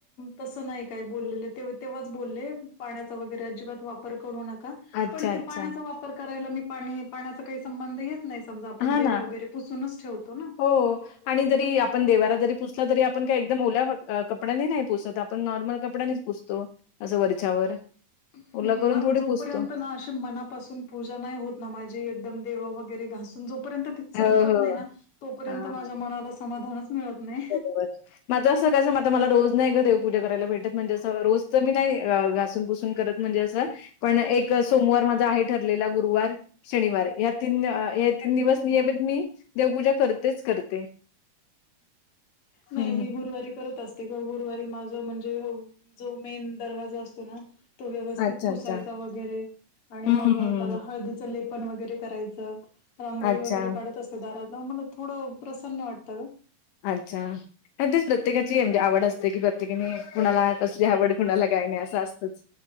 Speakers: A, on the left (about 45°); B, on the left (about 80°).
A: तसं नाही काय बोललेलं, ते तेव्हाच बोलले पाण्याचा वगैरे अजिबात वापर पर करू नका,
B: अच्छा,
A: पण
B: अच्छा.
A: ते पाण्याचा वापर करायला मी पाणी पाण्याच काही संबंध येत नाहीस. समजा आपण
B: हां
A: देव
B: ना.
A: वगैरे पुसूनच ठेवतो ना.
B: हो आणि जरी आपण देवारा जरी पुसला, तरी आपण काय एकदम ओल्या कपड्यांनी नाही पुसत, आपण नॉर्मल कपड्यांनी पुसतो, असं वरच्यावर.
A: हम.
B: ओला करून
A: अग
B: थोडी
A: जोपर्यंत
B: पुसतो.
A: ना अशी मनापासून पूजा नाही होत ना माझी, एकदम देव वगैरे घासून जोपर्यंत ते चमकत
B: हो हो
A: नाही ना तोपर्यंत
B: हां हां
A: माझ्या मनाला समाधानच मिळत नाही.
B: बर. माझ असं कसं म आता मला रोज नाही ग देवपूजा करायला भेटत, म्हणजे असं रोज तर मी नाही घासून पुुसून करत. म्हणजे अस पण एक सोमवार माझा आहे ठरलेला, गुरुवार शनिवार, या तीन या तीन दिवस नियमित मी देवपूजा करतेच करते.
A: नाही
B: हं
A: मी
B: हं.
A: गुरुवारी करत असत. ते गुरुवारी माझ म्हणजे जो मेन दरवाजा असतो ना तो व्यवस्थित
B: अच्छा
A: पुसायचा
B: अच्छा.
A: वगैरे आणि
B: हं
A: मग
B: हं हं.
A: त्याला
B: हं.
A: हळदी च लेपण वगैरे करायचं, रांगोळी
B: अच्छा.
A: वगैरे काडत असते दारात, मला थोडं प्रसन्न वाटतं ग.
B: अच्छा. आणि तेच प्रत्येकाची म्हणजे आवड असते की प्रत्येकाने कुणाला कसली आवड कुणाला गाणे असं असतं